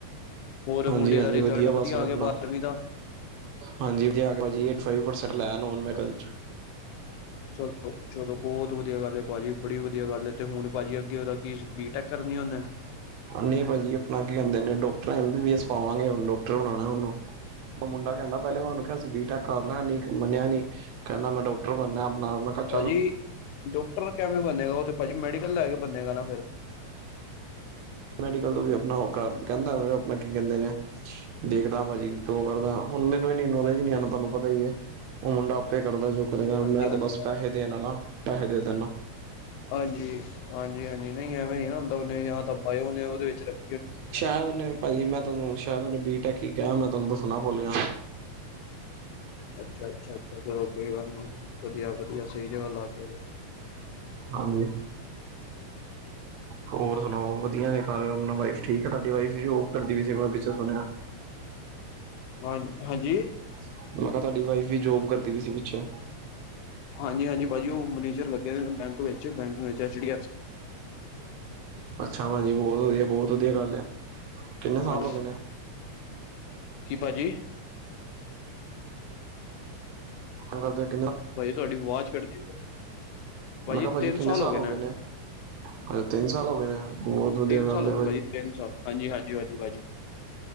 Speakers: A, on the left; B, on the right.
A: ਹੋਰ
B: ਹਾਂਜੀ
A: ਮੁੰਡੇ
B: ਹਾਂਜੀ
A: ਦਾ ਰਿਜ਼ਲਟ ਵਧੀਆ
B: ਬਸ ਮੈਂ
A: ਆ
B: ਆਪਣਾ
A: ਗਿਆ ਬਾਰਵੀਂ ਦਾ?
B: ਹਾਂਜੀ ਵਧੀਆ ਆਗਿਆ ਜੀ ਏਟ ਫਾਇਵ ਪਰਸੈਂਟ ਲੈ ਆਇਆ ਨੋਨ ਮੈਕਲ ਚ।
A: ਚਲੋ ਚਲੋ ਬੋਤ ਵਧੀਆ ਗੱਲ ਐ ਭਾਅਜੀ ਬੜੀ ਵਧੀਆ ਗੱਲ ਤੇ ਹੁਣ ਭਾਜੀ ਅੱਗੇ ਓਦਾ ਕੀ ਬੀਟੈਕ ਕਰਨੀ ਉਨੇ?
B: ਨਈ ਭਾਅਜੀ ਆਪਣਾ ਕੀ ਕੈਂਦੇ ਨੇ doctor M B B S ਪਾਵਾਂਗੇ ਹੁਣ ਡੋਕਟਰ ਬਣਾਣਾ ਉਨੂੰ। ਮ ਮੁੰਡਾ ਕੈਂਦਾ ਪੈਲੇ ਮ ਉਨੂੰ ਕਿਆ ਸੀ ਬੀ ਟੈਕ ਕਰਲਾ ਨੀ ਮੰਨਿਆ ਨੀ ਕੈਂਦਾ ਮੈਂ ਡੋਕਟਰ ਬਣਨਾ ਆਪਣਾ ਕਿਹਾ
A: ਭਾਅਜੀ
B: ਚੱਲ
A: ਡੋਕਟਰ ਕਿਵੇਂ ਬਨੇਗਾ ਓ ਤੇ ਭਾਅਜੀ ਮੈਡੀਕਲ ਲੈ ਕੇ ਬਨੇਗਾ ਨਾ ਫੇਰ
B: ਮੈਡੀਕਲ ਤੋਂ ਵੀ ਆਪਣਾ ਓ ਕਰ ਕੈਂਦਾ ਆਪਣਾ ਕੀ ਕੈਂਦੇ ਨੇ ਦੇਖਦਾ ਭਾਅਜੀ ਜੋ ਕਰਦਾ ਹੁਣ ਮੈਨੂੰ ਇੰਨੀ ਨੌਲੇਜ ਨੀ ਐ ਨਾ ਤੁਹਾਨੂੰ ਪਤਾ ਈ ਐ। ਉਹ ਮੁੰਡਾ ਆਪੇ ਕਰਦਾ ਜੋ ਕਰੇਗਾ,
A: ਹਾਂਜੀ,
B: ਮੈਂ
A: ਹਾਂਜੀ।
B: ਤੇ ਬਸ ਪੈਹੇ ਦੇਣ ਆਲਾ, ਪੈਹੇ ਦੇ ਦਿੰਨਾ।
A: ਹਾਂਜੀ, ਹਾਂਜੀ-ਹਾਂਜੀ, ਨਹੀਂ ਐਵੇਂ ਨੀ ਨਾ ਹੁੰਦਾ, ਉਹਨੇ ਯਾ ਤਾਂ ਪਾਏ ਉਹਨੇ ਉਹਦੇ ਵਿੱਚ ਰੱਖ
B: ਸ਼ਾਇਦ ਉਹਨੇ ਭਾਜੀ ਮੈਂ ਤੁਹਾਨੂੰ, ਸ਼ਾਇਦ ਉਹਨੇ ਬੀ-ਟੈਕ ਈ ਕਿਆ ਹੋਨਾ, ਮੈਂ ਤੁਹਾਨੂੰ ਦੱਸਣਾ ਭੁਲ ਗਿਆਂ।
A: ਅੱਛਾ-ਅੱਛਾ-ਅੱਛਾ, ਚਲੋ ਕੋਈ ਗਲ ਨੀ, ਵਧੀਆ-ਵਧੀਆ ਸਹੀ ਜਗ੍ਹਾ ਲੱਗ ਹੋਵੋ।
B: ਹਾਂਜੀ। ਹੋਰ ਸੁਣਾਓ, ਵਧੀਆ ਨੇ ਘਰ ਅਪਣਾ ਵਾਈਫ ਠੀਕ ਐ ਤੁਹਾਡੀ ਵਾਈਫ ਵੀ ਓ, ਜੋਬ ਕਰਦੀ ਪਈ ਸੀ, ਮੈਂ ਪਿੱਛੇ ਸੁਣਿਆ?
A: ਹਾਂ, ਹਾਂਜੀ?
B: ਮੈਂ ਕਿਹਾ ਤਹਾਡੀ ਵਾਈਫ ਵੀ ਜੋਬ ਕਰਦੀ ਪੀ ਸੀ ਪਿੱਛੋਂ।
A: ਹਾਂਜੀ-ਹਾਂਜੀ ਭਾਜੀ, ਉਹ ਮਨੇਜਰ ਲੱਗੇ ਹੋਏ ਬੈਂਕ ਵਿੱਚ, ਬੈਂਕ ਵਿੱਚ ਐਚ ਡੀ ਐਫ
B: ਅੱਛਾ ਭਾਜੀ, ਬਹੁਤ ਵਧੀਆ, ਬਹੁਤ ਵਧੀਆ ਗੱਲ ਐ, ਕਿੰਨੇ ਸਾਲ
A: ਹਾਂਜੀ
B: ਹੋਗੇ ਨੇ?
A: ਕੀ ਭਾਜੀ?
B: ਅੰਦਰ ਦੇਖ
A: ਭਾਜੀ ਤੁਹਾਡੀ ਅਵਾਜ਼ ਕਟਦੀ ਪੀ ਆ, ਭਾਜੀ
B: ਮੈਂ ਕਿਹਾ
A: ਤਿੰਨ
B: ਕਿੰਨੇ
A: ਸਾਲ ਹੋਗੇ
B: ਹੋ
A: ਨੇ।
B: ਗਏ ਅੱਛਾ ਤਿੰਨ ਸਾਲ ਹੋ ਗਏ ਨੇ ਬਹੁਤ ਵਧੀਆ
A: ਤਿੰਨ
B: ਗੱਲ
A: ਸਾਲ ਹੋਗੇ
B: ਹੈ
A: ਭਾਜੀ, ਤਿੰਨ ਸਾਲ, ਹਾਂਜੀ-ਹਾਂਜੀ, ਹਾਂਜੀ, ਭਾਜੀ।